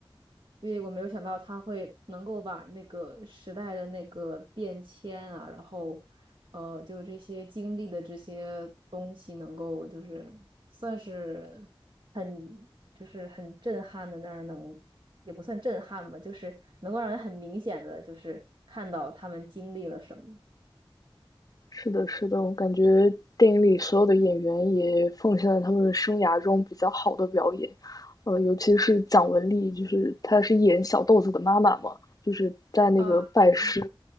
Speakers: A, on the right; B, on the left.
A: 因为我没有想到他会能够把那个时代的那个变迁啊，然后呃，就这些经历的这些东西，能够就是算是很就是很震撼的那儿能，也不算震撼吧，就是能够让人很明显的就是看到他们经历了什么。
B: 是的，是的，我感觉电影里所有的演员也奉献了他们生涯中比较好的表演，呃，尤其是蒋雯丽，就是她是演小豆子的妈妈嘛，就是在那个拜师
A: 啊，对，